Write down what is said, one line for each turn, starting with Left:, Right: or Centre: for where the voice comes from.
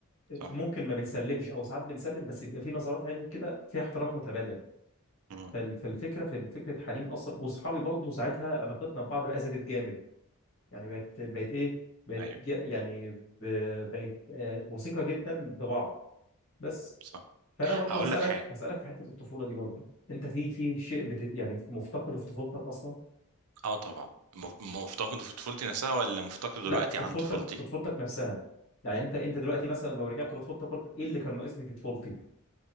Right: صح
Left: ممكن ما بنسلمش او ساعات بنسلم بس بيبقى في نظرات عين كده فيها احترام متبادل
Right: مم.
Left: فال- فالفكره في فكره حنين اصلا واصحابي برضه ساعتها علاقتنا ببعض بقى زادت جامد يعني بقت بقت ايه بقت
Right: ايوه
Left: جا- يعني ب- بقت آه، وثيقه جدا ببعض بس
Right: صح
Left: فانا برضه
Right: هقول
Left: هسالك
Right: لك حاجة
Left: هسالك في حته الطفوله دي برضه انت في في شيء بت يعني مفتقده في طفولتك اصلا
Right: اه طبعا م- مفتقده في طفولتي نفسها ولا مفتقده دلوقتي
Left: لا في
Right: عن
Left: طفولتك
Right: طفولتي
Left: في طفولتك نفسها يعني انت انت دلوقتي مثلا لو رجعت
Right: اه
Left: لطفولتك قلت ايه اللي كان ناقصني في طفولتي